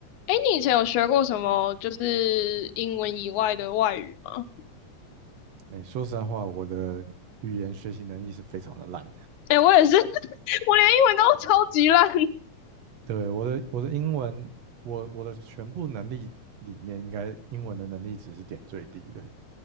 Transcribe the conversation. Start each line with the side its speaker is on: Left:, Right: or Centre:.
Left: 哎，你以前有学过什么就是英文以外的外语吗？
Right: 哎，说实在话，我的语言学习能力是非常的烂。
Left: 哎，我也是，<laughs> 我连英文都超级烂 <laughs>
Right: 对，我的我的英文，我我的全部能力里面，应该英文的能力值是点最低的，